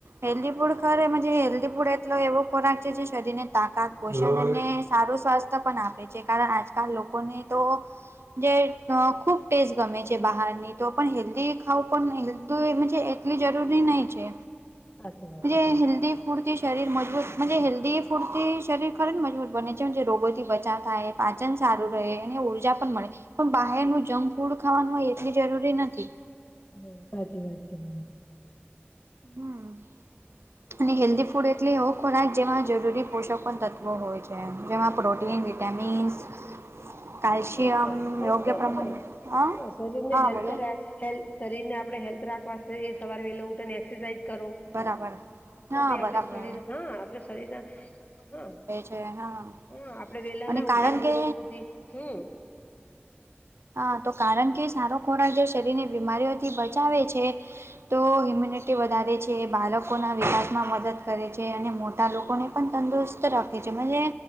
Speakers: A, on the right; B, on the left.
A: હેલ્થી ફુડ ખર એમાં જે હેલ્ધી ફૂડ એટલો એવો ખોરાક છે જે શરીરને તાકાત પોષણ અને સારું સ્વાસ્થ્ય પણ આપ જે કારણ આજકાલ લોકોને તો જે અહ ખૂબ ટેસ્ટ ગમે છે બહારની તો પણ હેલ્ધી ખાવું પણ હેલ્ધી મનજે લી જરૂરી નહી છે.
B: સાચી વાત છે
A: જે
B: તમારી
A: હેલ્થી ફૂડથી શરીર મજબૂત મનજે હેલ્ધી ફૂડથી શરીર ખરી મજબૂત બને છે. જે રોગોથી બચાવ થાય પાચન સારું રહે અને ઊર્જા પણ મળે પણ બહારનું જંક ફૂડ ખાવાનું એટલી જરૂરી નથી.
B: હમ્મ, સાચી વાત છે તમારી.
A: હમ્મ અને હેલ્ધ ફૂડ એ એટલે એવો ખોરાક જેમાં જરૂરી પોષક પણ તત્વો હોય છે જેમાં પ્રોટીન
B: હા
A: વિટામિન્સ કલ્શિયમ
B: તો આપડે શરીરને
A: યોગ્ય પ્રમાણમાં
B: હા
A: ને
B: હા શરીરને
A: હા
B: હેલ્થ
A: બોલો
B: રાખ હેલ્થ શરીર ને આપડે હેલ્ધ રાખવા સવારે વેલા ઉઠીને એક્સરસાઇઝ કરો
A: બરાબર હા
B: તો ભી
A: બરાબર
B: આપડે શરીર હા આપડ શરીર ના હા
A: જે હા.
B: હમ્મ આપડે વેલા
A: અને
B: ના
A: કારણ
B: ઉઠીએ મોડ
A: કે
B: સુધી હમ્મ.
A: હા તો કારણ કે સારો ખોરાક જે શરીર ની બીમારીઓથી બચાવે છે તો ઇમ્યુનીટી વધારે જે બાળકોના વિકાસમાં મદદ કરે છે અને મોટા લોકોને પણ તંદુરસ્ત રાખે છે. મંજે